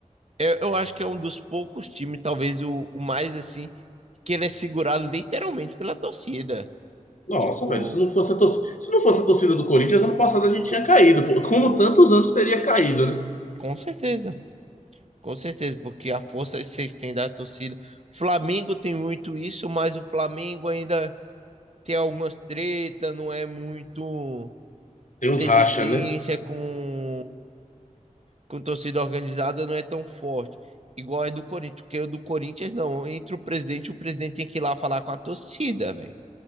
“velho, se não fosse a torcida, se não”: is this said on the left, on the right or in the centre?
Left